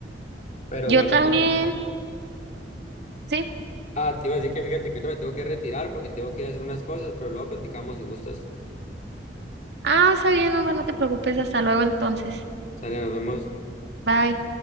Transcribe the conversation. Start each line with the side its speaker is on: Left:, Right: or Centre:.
Left: Pero
Right: Yo
Left: bueno,
Right: también,
Left: fíjate-
Right: sí.
Left: ah, te iba a decir que fíjate que ahorita me tengo que retirar porque tengo que ir a hacer unas cosas, pero luego platicamos si gustas.
Right: Ah, está bien, Omar, no te preocupes. Hasta luego entonces.
Left: Sale, nos vemos.
Right: bye